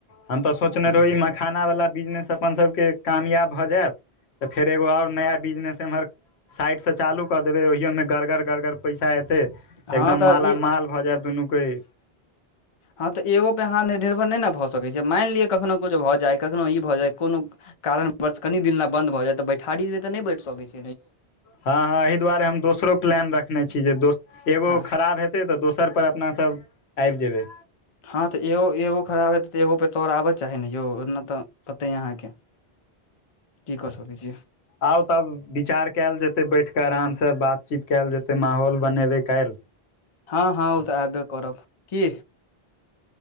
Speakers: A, on the left; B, on the left.
A: हम तऽ सोचने
B: हूँ
A: रहौ ईम्हर। खाना बला बिजनेस अपन सबके कामयाब भऽ जायत तऽ फेर एगो आओर नया -- बिजनेस एम्हर साइड से चालू क देबे ओहीयो मे -- गड़गड़ -गड़गड़ पैसा एते
B: हँ
A: एकदम
B: तऽ
A: माला-
B: ई
A: माल भऽ जायब दुनू कोई --
B: हँ तऽ एगोपर अहाँ निर्भर नहि ने भऽ सकै छीयै मानि लिअ कखनहु किछु भऽ जाय कखनहु ई भऽ जाय कोनो- - कारणवश कनी दिन लाबन्द भऽ जायत तऽ बैठारी तऽ नहि बैठ सकै छि।
A: हँ हँ एहि दुआरे हम दोसरो प्लान रखने छी जे दोस एगो
B: हँ
A: खराब हे तै तऽ दोसर पर अपना सब आबि जेबै।
B: हँ तऽ एगो एगो खराब हेतै तऽ एगो पे तोर आबऽ चाही ने यौ ओतना तऽ पते अहाँके। की क सकै छिय।
A: आउ तब विचार कएल जेतै बैठ कऽ आराम सँ बातचीत कएल जेतै माहौल बनेबै काल्हि।
B: हँ हँ ओ तऽ एबे करब। की